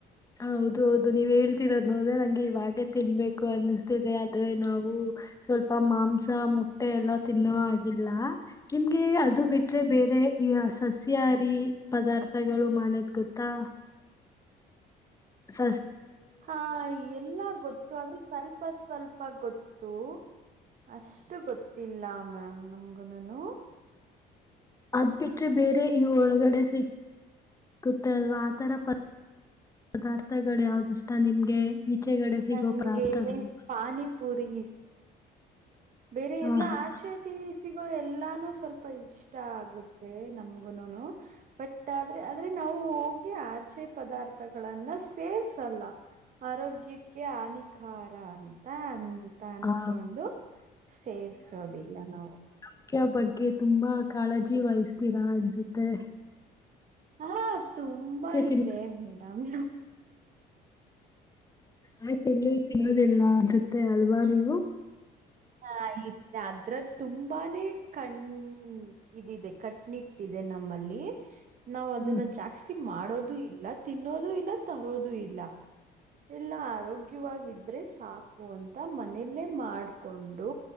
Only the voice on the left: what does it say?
ಹ ಹೌದು ಹೌದು ನೀವ್ ಹೇಳ್ತಿರೋದ ನೋಡ್ರೆ ನಂಗೆ ಇವಾಗ ತಿನ್ಬೇಕು ಅನ್ನಿಸ್ತಿದೆ ಆದ್ರೆ ನಾವು ಸ್ವಲ್ಪ ಮಾಂಸ ಮುಟ್ಟೆ ಎಲ್ಲ ತಿನ್ನೋ ಆಗಿಲ್ಲ ನಿಮ್ಗೆ ಅದು ಬಿಟ್ರೆ ಬೇರೆ ಅಂದ್ರೆ ಈ ಸಸ್ಯಹಾರಿ ಪದಾರ್ಥಗಳು ಮಾಡೋದ್ ಗೊತ್ತಾ ಸ
ಅದ್ ಬಿಿಟ್ರೆ ಬೇರೆ ಇವು ಒಳಗಡೆ ಸಿ ಸಿಗುತ್ತ ಅಲ್ವಾ ಆತರ ಪದಾರ್ಥಗಳು ಯಾವ್ದಿಷ್ಟ ನಿಮ್ಗೆ ಈಚೆಗಡೆ ಸಿಗೋ
ಪದಾರ್ಥಗಳು
ಆಹಾ
ಆ
ಮುಖ್ಯ ಬಗ್ಗೆ ತುಂಬಾ ಕಾಳಜಿ ವಹಿಸತೀರಾ ಅನ್ಸತೆ
ತಿನ್
ಆ್ ಚೆಲ್ಲ ತಿನ್ನೋದಿಲ್ಲ ಅನ್ಸುತ್ತೆ ಅಲ್ವಾ ನೀವು
ಹ್ಮ್